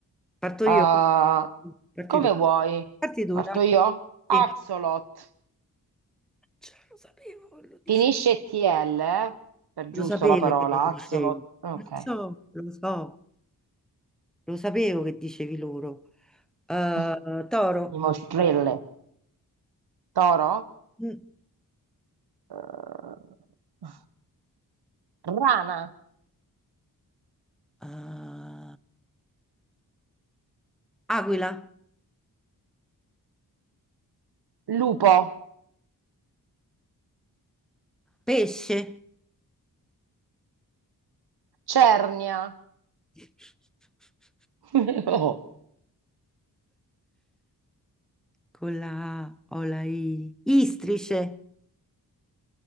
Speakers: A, in the centre; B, on the right (about 80°).
A: Parto
B: Ah,
A: io. Parti
B: come
A: tu.
B: vuoi?
A: Parti tu,
B: Parto
A: dai.
B: io? Axolot.
A: Sì. Cioè, lo sapevo, lo dicevo.
B: Finisce TL, eh? Per
A: Lo
B: giusto
A: sapevo
B: la parola,
A: che lo
B: Axolot.
A: dicevi,
B: Ok.
A: lo so, lo so, lo sapevo che dicevi loro. Eh,
B: <laughs>
A: toro,
B: Dimostrelle. Toro?
A: Mm.
B: Eh, rana.
A: Eh, aquila,
B: Lupo,
A: pesce,
B: cernia,
A: <laughs>
B: <laughs> No.
A: con la A o la I, istrice,